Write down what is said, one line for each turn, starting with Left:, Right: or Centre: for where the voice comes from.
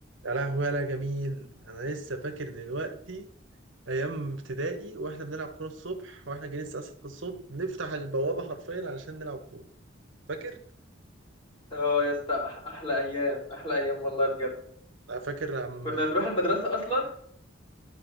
Right: يا لهوي يا لا جميل انا لسه فاكر دلوقتي ايام ابتدائي واحنا بنلعب كوره الصبح واحنا جايين الساعه 6 الصبح نفتح البوابه حرفيا علشان نلعب كوره فاكر
Left: اه يا اسطى أح- احلى ايام احلى ايام والله بجد
Right: لا فاكر عم
Left: كنا نروح المدرسه اصلا